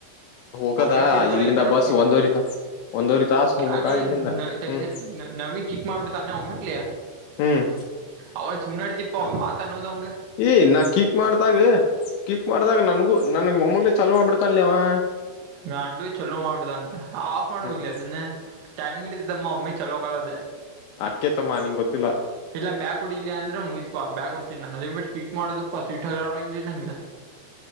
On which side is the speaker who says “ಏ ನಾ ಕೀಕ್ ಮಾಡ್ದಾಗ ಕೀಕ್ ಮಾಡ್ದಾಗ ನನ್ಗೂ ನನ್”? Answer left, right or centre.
Left